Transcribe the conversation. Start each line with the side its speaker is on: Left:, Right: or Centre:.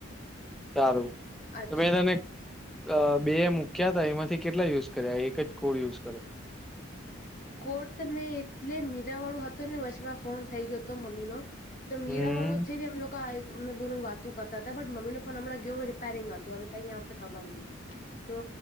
Centre: તારું
Left: અચ્છા
Centre: તોમે તને અ બે મુૂક્યા ત એમાંથી કેટલા યુઝ કરે એક જ કોડ યુઝ કરયો
Left: કોડ તો એટલે મે મીરા વાળું હતું ને વચમાં ફોન થઈ જતો મમ્મીનો તો મીરા
Centre: હમ
Left: વાળો તી અમે ને લોક આઈ અમ બોલ વાતું કરતા હતા બટ મમ્મીને ફોન હમં ગયો હ રિપેરંગ હતું હવે કઈય આવે ખબર નહીં તો